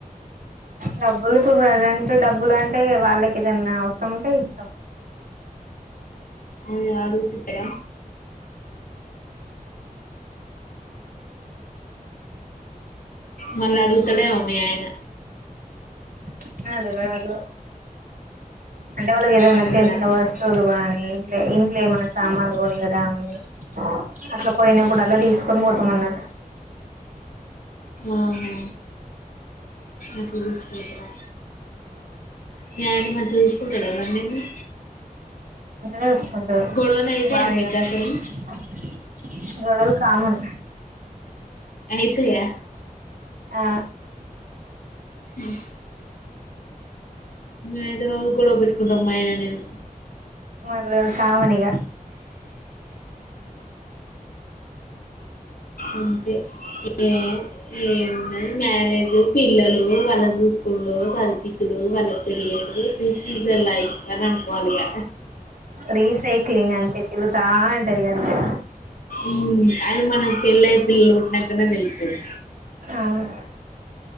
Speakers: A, on the right; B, on the left.
A: డబ్బులు ఇప్పుడు ప్రజెంట్ డబ్బులు అంటే వాళ్ళకి ఇదన్న అవసరంంటే ఇష్టం
B: అ ఆడుగుతుత్ర మళ్ళ అడుగుతడేమో మీ ఆయన
A: <unintelligible> అదు అంటే వాళ్ళది ఇద ఉన్నా
B: అడగడా
A: చిన్న <unintelligible> ఇంట్ ఇంట్లో ఏమన్నా సామానులు కొనియడం అని అట్లా పోయినప్పుడు అలా తీసుకొని పోతాం అ
B: ఆహా అపుడు తీసుకపోతారా మీ ఆయన మాటలు మంచిగా చూసుకుంటాడా మరి నిన్ను
A: చూసుకుంటాడు
B: గొడవలు అయితాయా
A: బానే
B: మీకు
A: గా <unintelligible>
B: అసలు
A: కామం
B: అయితేయా
A: ఆ
B: ఉ మేమైతే రోజూ గొడవ పెట్టుకుంటాం మా ఆయన నేను
A: మాకు రోజూ కామన్ ఇగ
B: అంతే ఏం ఏందో ఈ మ్యారేజ్ పిల్లలు వాళ్ళం చూసుకునుడు చదివిపించుడు వాళ్ళ పెళ్ళి జేసుడు థిస్ ఇస్ ద లైఫ అని అనుకోవాలి ఇగ
A: రీసైక్లింగ్ అంతే తిరుగుత ఉంటది ఇగ అంతే
B: ఊమ్ అది మనకి పెళ్లై పిల్లలు పుట్టినకనే తెలుస్తది
A: అవును